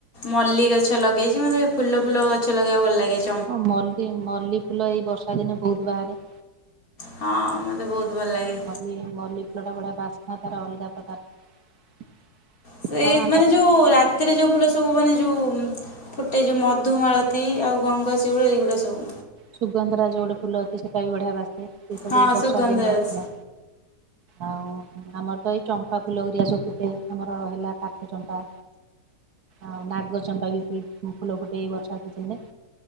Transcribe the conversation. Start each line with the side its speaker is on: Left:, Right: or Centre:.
Left: ମଲ୍ଲି ଗଛ ଲଗେଇଛି ମତେ ଫୁଲ ଫୁଲ ଗଛ ଲଗେଇବା ଭଲ ଲାଗିଛି।
Right: ହଁ ମଲ୍ଲି ମଲ୍ଲି ଫୁଲ ଏଇ ବର୍ଷା ଦିନେ ବହୁତ ବାହାରେ।
Left: ହଁ ମତେ ବହୁତ ଭଲ ଲାଗେ।
Right: ମଲ୍ଲି ମଲ୍ଲି ଫୁଲ ଟା ବଢ଼ିଆ ବାସ୍ନା ତାର ଅଲଗା ପ୍ରକାର।
Left: ସେଇ
Right: ଆଉ ଆମର
Left: ମାନେ ଯୋଉ ରାତିରେ ଯୋଉ ଫୁଲ ସବୁ ମାନେ ଯୋଉ ଫୁଟେ ଯୋଉ ମଧୁମାଳ ତି ଆଉ ଗଙ୍ଗଶିଉଳି ଏଇଗୁଡ଼ା ସବୁ।
Right: ସୁଗନ୍ଧରା ଯୋଉ ଗୋଟେ ଫୁଲ ଅଛି ସେଇଟା ବି ବଢ଼ଆ ବାସେ ସେ ସବୁ
Left: ହଁ
Right: ଏଇ ବର୍ଷା
Left: ସୁଗନ୍ଧରାଜ
Right: ଦିନିଆ ଫୁଲ। ଆଉ ଆମର ତ ଏଇ ଚମ୍ପା ଫୁଲ ହେରିଆ ସବୁ ଫୁଟେ ଆମର ହେଲା କାଠ ଚମ୍ପା ଆଉ ନାଗ ଚମ୍ପା ବି ଫୁଲ ଫୁଟେ ଏଇ ବର୍ଷା ସିଜନ୍ ଆସିଲେ।